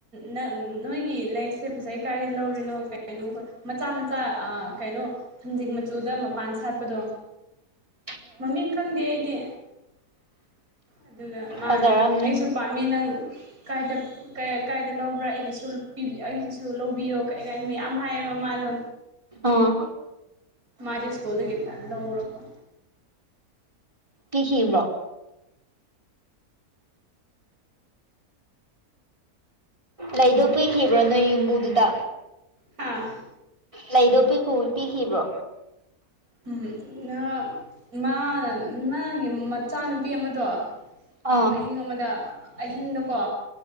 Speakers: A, on the right; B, on the right.
A: ꯅ ꯅꯣꯏꯒꯤ ꯂꯩꯁꯦ ꯐꯖꯩ ꯀꯥꯏꯗ ꯂꯧꯔꯤꯅꯣ ꯀꯥꯏꯅꯣ ꯃꯆꯥ ꯃꯆꯥ ꯑ ꯀꯩꯅꯣ ꯊꯡꯖꯤꯡ ꯃꯆꯨꯗ ꯃꯄꯥꯟ ꯁꯥꯠꯄꯗꯣ
B: <inaudible>
A: ꯃꯃꯤꯡ ꯈꯪꯗꯦ ꯑꯩꯗꯤ ꯑꯗꯨꯗ ꯃꯥꯅ
B: ꯐꯖꯔꯝꯅꯤ
A: ꯑꯩꯁꯨ ꯄꯥꯝꯃꯤ ꯅꯪ ꯀꯥꯏꯗ ꯀ ꯀꯥꯏꯗ ꯂꯧꯕ꯭ꯔꯥ ꯑꯩꯒꯤꯁꯨ ꯄꯤ ꯑꯩꯒꯤꯁꯨ ꯂꯧꯕꯤꯌꯣ ꯀꯩ ꯃꯌꯥꯝ ꯍꯥꯏꯌꯦꯕ ꯃꯥꯗꯣ
B: ꯑꯥ
A: ꯃꯥꯗꯤ ꯁꯀꯨꯜꯗꯒꯤ ꯊ ꯂꯧꯔꯛꯄ
B: ꯄꯤꯈꯤꯕ꯭ꯔꯣ ꯂꯩꯗꯣ ꯄꯤꯈꯤꯕ꯭ꯔꯣ ꯅꯣꯏ ꯌꯨꯝꯕꯨꯗꯨꯗ
A: ꯍꯥꯥ
B: ꯂꯩꯗꯣ ꯄꯤꯈꯨ ꯄꯤꯈꯤꯕ꯭ꯔꯣ
A: ꯎꯝ ꯅ ꯃꯥꯅ ꯃꯥꯒꯤ ꯃꯆꯥꯅꯨꯄꯤ ꯑꯃꯗꯣ ꯑ
B: ꯑꯥ
A: ꯑꯍꯤꯡ ꯑꯃꯗ ꯑꯍꯤꯡꯅꯀꯣ